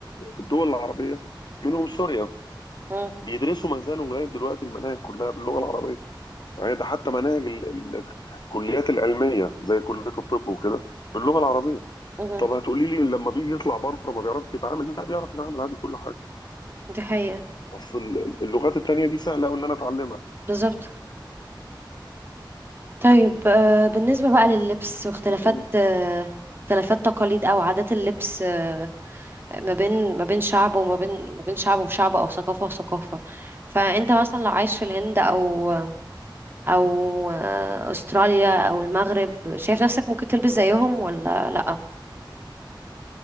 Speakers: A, on the left; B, on the right.
A: الدول العربية منهم سوريا
B: مم،
A: بيدرسوا ما زالوا لغاية دلوقتي المناهج كلها باللغة العربية يعني ده حتى مناهج ال- ال- الكليات العلمية زي كلية الطب وكده باللغة العربية
B: مم.
A: طب هتقولي لي لما بيجي يطلع بره ما بيعرفش يتعامل لا بيعرف يتعامل عادي كل حاجة
B: دي حقيقه
A: بس ال- اللغات التانية دي سهلة أوي إن أنا أتعلمها
B: بالظبط طيب آه، بالنسبه بقى لللبس واختلافات
A: معايا؟
B: آه، اختلافات تقاليد او عادات اللبس آه، ما بين ما بين شعب وما بين ما بين شعب وشعب او ثقافة وثقافة فانت مثلا لو عايش في الهند او او استراليا او المغرب شايف نفسك ممكن تلبس زيهم ولا لا